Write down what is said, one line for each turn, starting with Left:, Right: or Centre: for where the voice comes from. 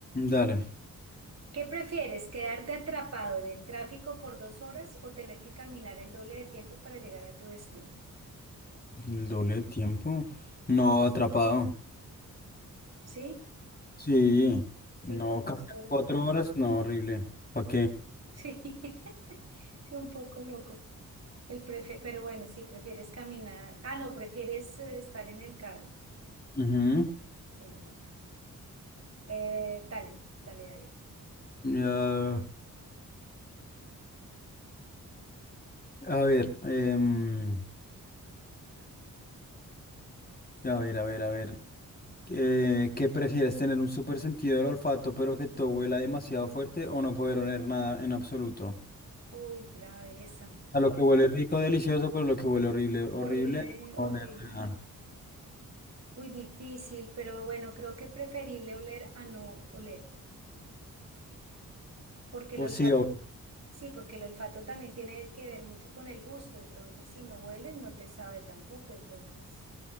Left: Dale,
Right: ¿Qué prefieres, quedarte atrapado en el tráfico por dos horas o tener que caminar el doble de tiempo para llegar a tu destino?
Left: el doble de tiempo. No, atrapado.
Right: ¿Sí?
Left: Sí,
Right: Sí,
Left: no,
Right: por dos
Left: cargar
Right: horas.
Left: cuatro horas, no, horrible. ¿Para qué?
Right: Sí, <laughs> sí, un poco loco. El prefe- pero bueno, sí, prefieres caminar. Ah, no, prefieres eh, estar en el carro.
Left: Ujú.
Right: Sí, bueno. Eh, dale, dale, dale.
Left: Ya, A ver, em, a ver, a ver, a ver. Eh, ¿qué prefieres, tener un súper sentido del olfato, pero que todo huela demasiado fuerte o no poder oler nada en absoluto?
Right: Uy, grave esa.
Left: A lo que huele rico, delicioso, pero lo que huele horrible, horrible,
Right: Horrible,
Left: no
Right: horrible.
Left: oler nada.
Right: Muy difícil, pero bueno, creo que preferible oler a no oler, porque el
Left: O
Right: olfato,
Left: sí, o-
Right: sí, porque el olfato también tiene que ver mucho con el gusto, entonces si no hueles no te sabe tampoco, entonces